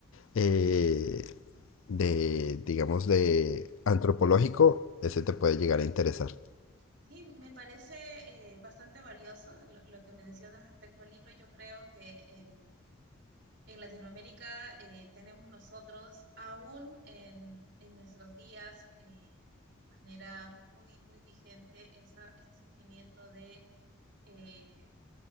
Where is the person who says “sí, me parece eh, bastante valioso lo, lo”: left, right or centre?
Right